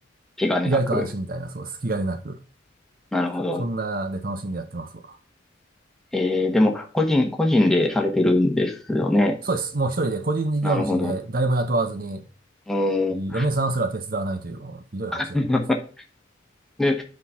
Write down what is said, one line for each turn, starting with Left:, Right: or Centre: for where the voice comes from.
Centre: 気兼ねなく。
Right: 意外と安心みたいな、そう、隙がなく、
Centre: なるほど。
Right: そんなで楽しんでやってますわ。
Centre: えー、でも、個人、個人でされてるんですよね。
Right: そうです。もう一人で個人事業主で誰も雇わずに、
Centre: なるほど。うん。
Right: 嫁さんすら手伝わないという、もうひどい話だけどですね
Centre: <laughs> で、